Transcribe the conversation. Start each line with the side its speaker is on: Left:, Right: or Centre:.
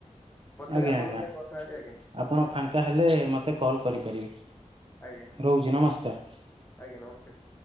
Left: ପଛରେ
Right: ଆଜ୍ଞା
Left: ଆପଣଙ୍କ
Right: ଆଜ୍ଞା
Left: ସାଙ୍ଗେ କଥା ହେବି ଆଜ୍ଞା
Right: ଆପଣ
Left: ଆଜ୍ଞା
Right: ଫାଙ୍କା ହେଲେ ମୋତେ କଲ୍ କରିପାରିବେ।
Left: ଆଜ୍ଞା
Right: ରହୁଚି ନମସ୍କାର।
Left: ଆଜ୍ଞା ନମସ୍କାର।